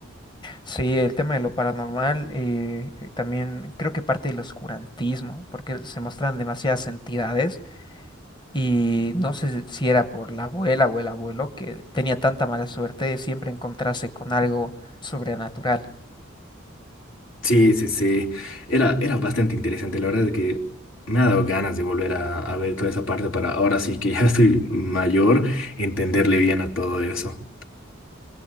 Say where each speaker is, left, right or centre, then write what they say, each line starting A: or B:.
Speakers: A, on the left; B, on the left.
A: Sí, el tema de lo paranormal, eh, eh, también creo que parte del oscurantismo, porque se muestran demasiadas entidades Y no sé si era por la abuela o el abuelo que tenía tanta mala suerte de siempre encontrarse con algo sobrenatural.
B: Sí, sí, sí. Era, era bastante interesante. La verdad es que me ha dado ganas de volver a, a ver toda esa parte para ahora sí que ya <laughs> estoy mayor, entenderle bien a todo eso.